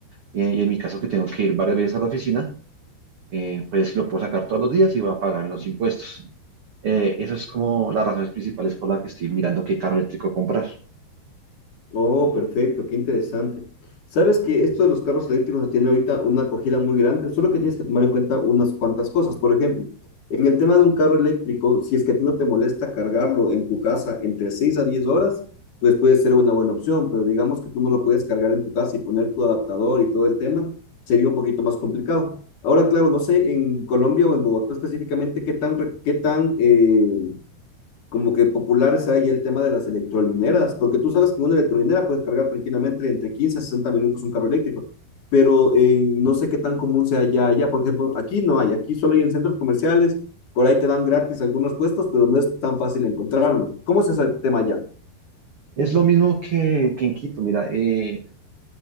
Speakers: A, on the right (about 55°); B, on the left (about 55°).
A: Y en, y en mi caso, que tengo que ir varias veces a la oficina, eh, pues lo puedo sacar todos los días y va a pagar menos impuestos. Eh, eso es como las razones principales por las que estoy mirando qué carro eléctrico comprar.
B: Oh, perfecto, qué interesante. Sabes que esto de los carros eléctricos tiene ahorita una acogida muy grande, solo que tienes que tomar en cuenta unas cuantas cosas. Por ejemplo, en el tema de un carro eléctrico, si es que a ti no te molesta cargarlo en tu casa entre 6 a 10 horas, pues puede ser una buena opción, pero digamos que tú no lo puedes cargar en tu casa y poner tu adaptador y todo el tema, sería un poquito más complicado. Ahora, claro, no sé en Colombia o en Bogotá específicamente qué tan, re- qué tan eh, como que popular sea ya el tema de las electrolineras, porque tú sabes que una electrolinera puedes cargar tranquilamente entre 15 a 60 minutos un carro eléctrico, pero eh, no sé qué tan común sea ya allá. Por ejemplo, aquí no hay, aquí solo hay en centros comerciales, por ahí te dan gratis algunos puestos, pero no es tan fácil encontrarlo. ¿Cómo es ese tema allá?
A: Es lo mismo que, que en Quito, mira, eh,